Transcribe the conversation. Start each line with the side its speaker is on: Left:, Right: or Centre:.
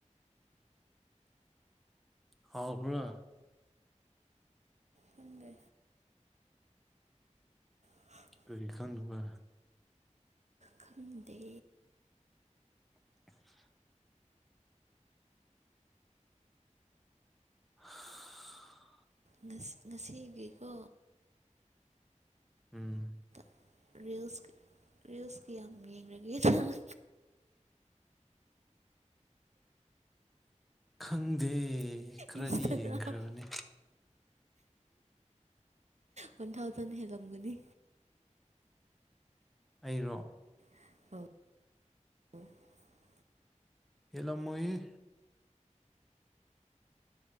Centre: ꯍꯥꯎꯕ꯭ꯔꯥ
Right: ꯈꯪꯗꯦ <inaudible>
Centre: ꯀꯔꯤꯈꯪꯗꯕ
Right: ꯈꯪꯗꯦ
Centre: <unintelligible> <unintelligible>
Right: ꯉꯁꯤ ꯉꯁꯤꯒꯤꯀꯣ
Centre: ꯎꯝ
Right: <inaudible> ꯔꯤꯜꯁ ꯔꯤꯜꯁ ꯀꯌꯥꯝ ꯌꯦꯡꯒ꯭ꯔꯒꯦ ꯅꯪ
Centre: ꯈꯪꯗꯦ ꯈꯔꯗꯤ
Right: ꯏꯟꯁꯇꯥꯒ꯭ꯔꯥꯝ
Centre: ꯌꯦꯡꯈ꯭ꯔꯕꯅꯦ
Right: ꯋꯥꯟ ꯊꯥꯎꯖꯟ ꯍꯦꯜꯂꯝꯒꯅꯤ
Centre: ꯑꯩꯔꯣ
Right: <unintelligible>
Centre: ꯍꯦꯜꯂꯝꯃꯣꯏꯍꯦ